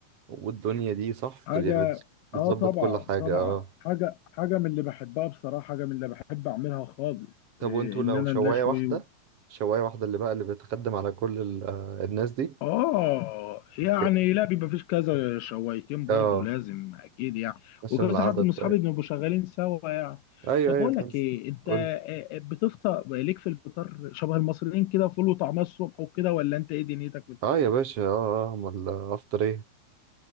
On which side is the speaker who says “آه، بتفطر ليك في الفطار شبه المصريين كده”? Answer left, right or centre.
Left